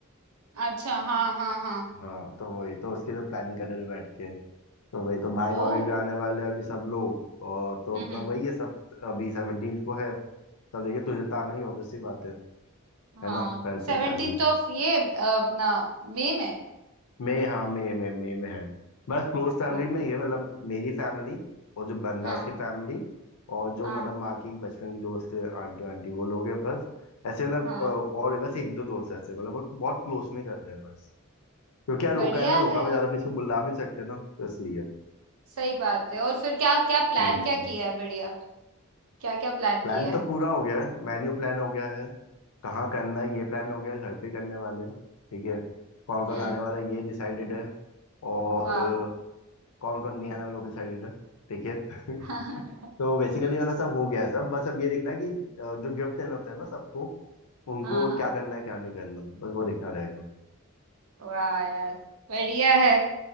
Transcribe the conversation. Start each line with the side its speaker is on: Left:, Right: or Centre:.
Right: अच्छा हाँ हाँ हाँ
Left: हाँ तो वही तो उसकी तो प्लानिंग कर रहे थे बैठ के तो वही तो भाई भाभी
Right: ओ
Left: भी आने वाले हैं अभी सब लोग और तो
Right: हम्म
Left: अपना
Right: हम्म,
Left: वही है सब अभी 17th को है सब देखिए तुझे तो आना ही ऑब्वियसली बात है
Right: हाँ
Left: है ना फ्रेंड्स
Right: 17th
Left: एंड फैमिली
Right: ऑफ ये अ, अपना मई में
Left: मैं हाँ मैं मैं मैं में है बस क्लोज फैमिली
Right: वो
Left: में ये मतलब मेरी फैमिली और जो बंदा
Right: हाँ
Left: उसकी फैमिली और जो
Right: हाँ
Left: मतलब माँ की बचपन की दोस्त है आंटी आंटी वो लोग हैं बस ऐसे मतलब
Right: हाँ
Left: अ, और बस एक दो दोस्त ऐसे मतलब वो बहुत क्लोज में कर रहे हैं बस क्योंकि यार रोका
Right: बढ़िया
Left: है ना रोका
Right: है
Left: में
Right: यार
Left: ज्यादा किसी को बुला भी नहीं सकते ना तो इसलिए
Right: सही बात है और फिर क्या क्या प्लान
Left: हम्म
Right: क्या किया है बढ़िया क्या क्या प्लान
Left: प्लान
Right: किया
Left: तो
Right: है
Left: पूरा हो गया है मेन्यू प्लान हो गया है कहाँ करना है ये प्लान हो गया है घर पे करने वाले हैं, ठीक है कौन कौन
Right: हम्म
Left: आने वाला है ये डिसाइडेड है और
Right: वाह
Left: कौन कौन नहीं आने वाला वो भी डिसाइडेड है ठीक है <laughs>
Right: <laughs>
Left: तो बेसिकली वाला सब हो गया है सब बस अब ये देखना है कि अ, जो गिफ्ट देना होता है ना सबको उनको
Right: हाँ हाँ
Left: क्या करना है क्या नहीं करना बस वो देखना रहेगा
Right: वाह यार बढ़िया है